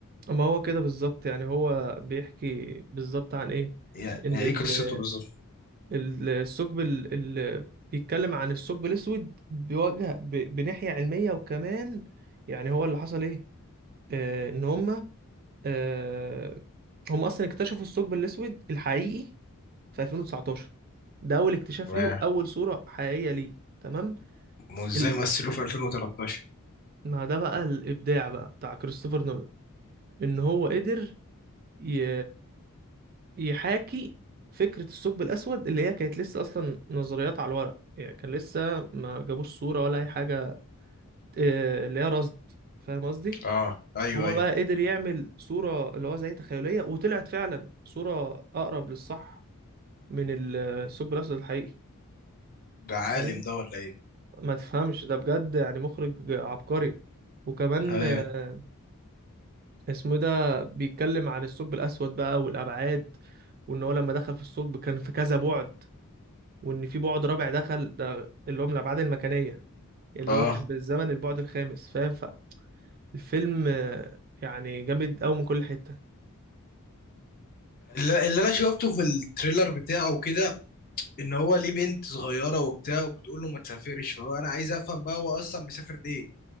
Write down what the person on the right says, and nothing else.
اما هو كده بالظبط يعني هو بيحكي بالظبط عن ايه
ان
ال-
ال- الثقب ال- ال- بيتكلم عن الثقب الاسود بوجه ب- بناحية علمية وكمان يعني هو اللي حصل ايه آه ان هم آه هم اصلا اكتشفوا الثقب الاسود الحقيقي في 2019 ده اول اكتشاف
ليه واول صورة حقيقية ليه تمام
ال...
ما ده بقى الابداع بقى بتاع كريستوفر نولان ان هو قدر ي... يحاكي فكرة الثقب الأسود اللي هي كانت لسه أصلا نظريات على الورق يعني كان لسه ما جابوش صورة ولا أي حاجة آه، اللي هي رصد فاهم قصدي؟
هو
بقى قدر يعمل صورة اللي هو زي تخيلية وطلعت فعلا صورة أقرب للصح من ال- الثقب الأسود الحقيقي
فاهم؟
ما تفهمش ده بجد يعني مخرج عبقري وكمان
آه، اسمه إيه ده بيتكلم عن الثقب الأسود بقى والأبعاد وإن هو لما دخل في الثقب كان في كذا بعد وان في بعد رابع دخل ده اللي هو من الابعاد المكانيه اللي
هو كان بالزمن البعد الخامس فاهم فالفيلم آه، يعني جامد قوي من كل حته